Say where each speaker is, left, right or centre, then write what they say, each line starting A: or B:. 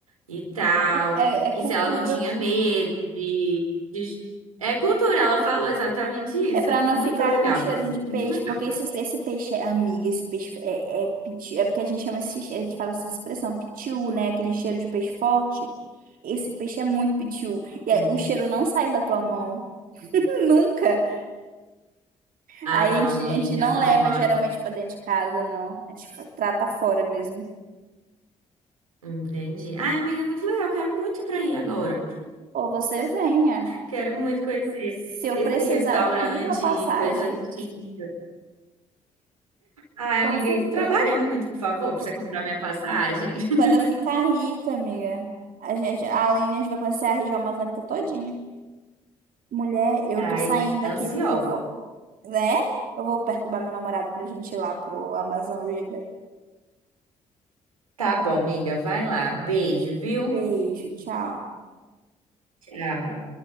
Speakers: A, on the right (about 80°); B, on the right (about 55°).
A: e tal.
B: É, é, é
A: E
B: cultura,
A: se ela não tinha medo de, de... É cultura, ela falou exatamente isso.
B: É pra não
A: Muito
B: ficar com
A: legal
B: cheiro
A: isso,
B: de peixe,
A: muito legal.
B: porque esse, esse peixe é amiga, esse peixe é, é piti- é porque a gente chama esse, a gente fala essa expressão, pitiu, né? Aquele cheiro de peixe forte. Esse peixe é muito pitiu. E
A: Hum.
B: aí, o cheiro não sai da tua mão. <laughs> Nunca.
A: Ah,
B: Aí
A: não,
B: a gente,
A: amiga,
B: a gente não
A: não.
B: leva geralmente pra dentro de casa, não. A gente fa- trata fora mesmo.
A: Entendi. Ai, amiga, é muito legal. Quero muito ir pra aí agora.
B: Ou você venha.
A: Quero muito conhecer
B: Se eu
A: esse
B: precisar,
A: restaurante,
B: eu compro a passagem.
A: coisa típica. Ai, amiga,
B: Com certeza.
A: isso trabalha muito, por favor, pra você comprar minha passagem. <laughs>
B: Quando eu ficar rica, amiga, a gente, além a gente vai conhecer a região amazônica todinha. Mulher, eu
A: Ai,
B: tô saindo
A: ansiosa.
B: aqui porque eu vou, né? Eu vou perturbar meu namorado pra gente ir lá pro Amazon River.
A: Tá bom, amiga. Vai lá. Beijo, viu?
B: Beijo, tchau.
A: Tchau.